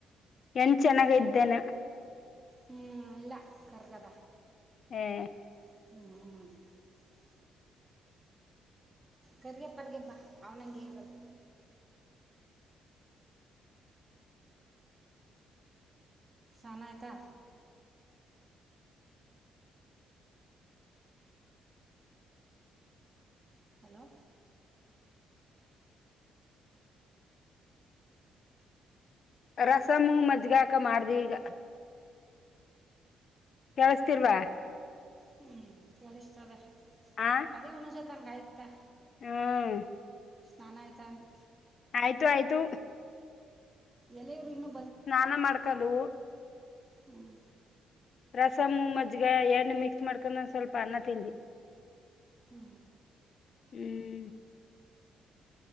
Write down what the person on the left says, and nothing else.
ಹೆಣ್ ಚೆನ್ನಾಗ ಇದ್ದೇನೋ
ಹ್ಮ್
ರಸಂ ಮಜ್ಗೆ ಆಕ ಮಾಡ್ ದಿ ಈಗ ಕೇಳಿಸ್ತಿಲ್ವಾ
ಆ
ಹ್ಮ್
ಆಯ್ತು ಆಯ್ತು
ಸ್ನಾನ ಮಾಡ್ಕನ್ಡು
ರಸಮ ಮಜ್ಗ ಎಣ್ಣು ಮಿಕ್ಸ್ ಮಾಡ್ಕೊಂಡಂದು ಸ್ವಲ್ಪ ಅನ್ನ ತಿಂದ.
ಹ್ಮ್.